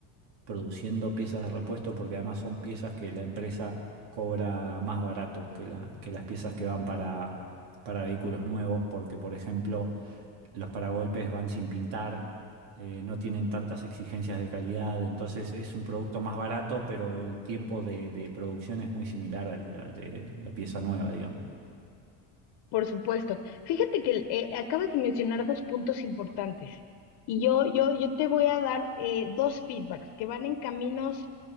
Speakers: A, on the right (about 70°); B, on the left (about 60°).
A: produciendo piezas de repuesto porque además son piezas que la empresa cobra más barato que, la- que las piezas que van para, para vehículos nuevos porque, por ejemplo, los paragolpes van sin pintar, eh, no tienen tantas exigencias de calidad, entonces es un producto más barato, pero el tiempo de, de producción es muy similar al, al de la pieza nueva, digamos.
B: Por supuesto. Fíjate que eh, acabas de mencionar dos puntos importantes y yo, yo, yo te voy a dar eh, dos feedbacks que van en caminos,